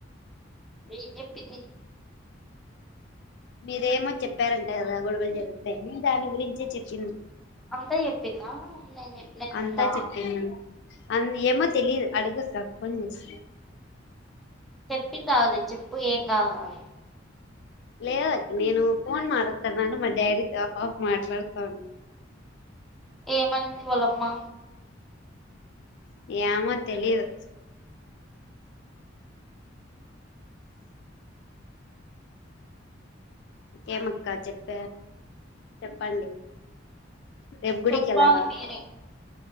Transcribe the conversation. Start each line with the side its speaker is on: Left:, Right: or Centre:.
Centre: ఏం చెప్పింది
Left: మీరేమో చెప్పారంటే కదా గొడవలు జరుగుతాయని దాని గురించే చెప్పింది
Centre: అంతా చెప్పిందా నేను చెప్పినదంతా
Left: అంతా చెప్పింది నన్న అ ఏమో తెలీదు అడుగ అక్క ఫోన్ చేసి
Centre: టదిలే చెప్పు ఏం గాదు గానీ
Left: లేదక్క నేను ఫోన్ మాట్లాడతానని మా డాడీ తో ఆహా ఆఫ్ మాట్లాడుతాను
Centre: ఏమనింది వాలమ్మ
Left: ఏమో తెలీదు ఏమక్క చెప్ప చెప్పండి రేపు గుడికి
Centre: చెప్పాలి
Left: వెళ్ళరా
Centre: మీరే